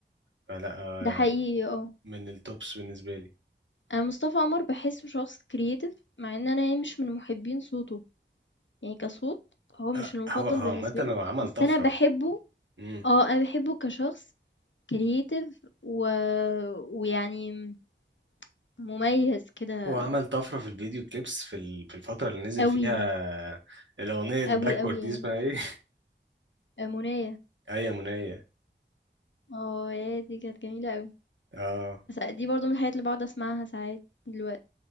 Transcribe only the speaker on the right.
فلا آه،
من التوبس بالنسبه لي
آه،
هو هو
عامة هو
عمل
طفرة
مم.
هو عمل طفرة في الفيديو كليبس في ال- في الفترة اللي نزل
فيها الأغنية الباكورد
دي
اسمها ايه؟ <laughs>
آية منية
اه